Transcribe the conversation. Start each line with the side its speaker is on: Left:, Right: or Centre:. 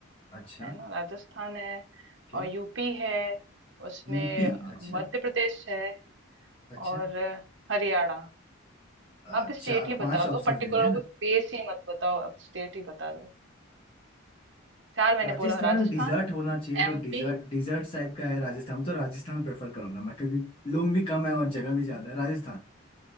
Left: अच्छा
Right: है ना राजस्थान है
Left: ओके
Right: और यूपी है उसमें
Left: यूपी अच्छा
Right: मध्य प्रदेश है
Left: अच्छा
Right: और हरियाणा
Left: अ,
Right: आप स्टेट
Left: चार
Right: ही
Left: पांच
Right: बता
Left: ऑप्शंस
Right: दो पर्टिकुलर
Left: दे दिया
Right: वो
Left: ना
Right: स्पेस ही मत बताओ आप स्टेट ही बता दो चार मैंने
Left: राजस्थान
Right: बोला राजस्थान
Left: डिजर्ट होना चाहिए तो
Right: एमपी
Left: डिजर्ट डिजर्ट टाइप का है राजस्थान तो राजस्थान प्रेफर करूंगा मैं क्योंकि लोग भी कम है और जगह भी ज्यादा है राजस्थान